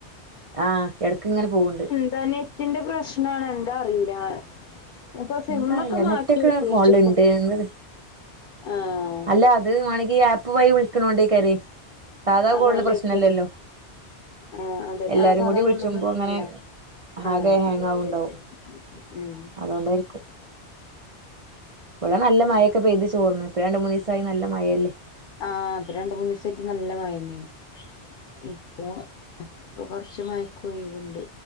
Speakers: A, on the right; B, on the left.
A: ആഹ് എടക്ക് ഇങ്ങനെ പോവുണ്ട്.
B: ആഹ് നെറ്റിന്റെ പ്രശ്നാണ് എന്താ അറീല്ല. അപ്പൊ സിമ്മൊക്കെ
A: എന്താ അറിയില്ല
B: മാറ്റിയോക്കി
A: നെറ്റൊക്കെ ഫോണില്ണ്ട്
B: പക്ഷെ <unintelligible> ആഹ്
A: അല്ല അത് മാണെങ്കി ഈ ആപ്പ് വഴി വിളിക്കണോണ്ടായിക്കാരെ സാധാ കോളിന്
B: അതോണ്ടേക്കും
A: പ്രശ്നല്ലല്ലോ?
B: ആഹ് അതെന്നെ
A: എല്ലാരും
B: ആഹ് സാധാകോളിന്
A: കൂടി വിളിച്ചുമ്പോ
B: പ്രശ്നല്ല.
A: ഇങ്ങനെ
B: ആഹ്
A: ആകെ ഹാങ്
B: അത്കൊണ്ടായിരിക്കും
A: ആവ്ണ്ടാവും
B: ഉം
A: അതോണ്ടായിരിക്കും ഇവിടെ നല്ല മഴയൊക്കെ പെയ്ത് ചോർന്ന് ഇപ്പൊ രണ്ട് മൂന്ന് ദിവസായി നല്ല മഴയല്ലേ.
B: ആഹ് ഇപ്പൊ രണ്ടു മൂന്ന് ദിവസായിട്ട് നല്ല മഴെന്നെയാണ്. ഇപ്പൊ ഇപ്പൊ കൊറച്ച് മയക്ക് ഒഴിവുണ്ട്.